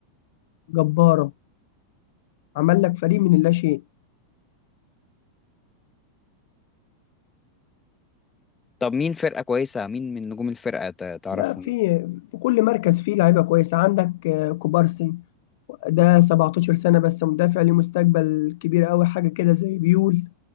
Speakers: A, on the left; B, on the left.
A: جبارة، عمل لك فريق من اللاشيء
B: طب مين فرقة كويسة مين من نجوم الفرقة ت- تعرفهم
A: لا في
B: يعني
A: في كل مركز فيه لعيبه كويسه عندك آه، كوبارسي ده 17 سنه بس مدافع ليه مستقبل كبير قوي حاجه كده زي بيول